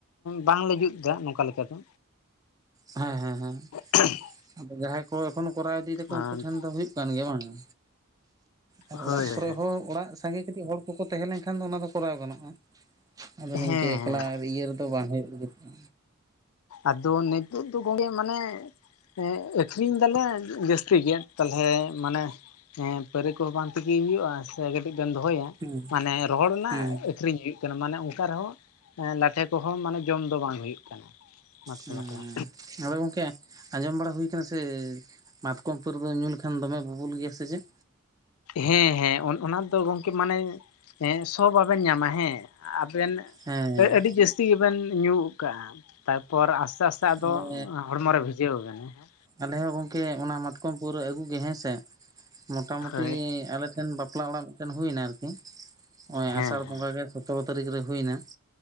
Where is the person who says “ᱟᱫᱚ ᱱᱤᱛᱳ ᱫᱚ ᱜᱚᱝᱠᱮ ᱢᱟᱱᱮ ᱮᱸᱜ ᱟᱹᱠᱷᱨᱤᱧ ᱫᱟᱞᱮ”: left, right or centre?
Left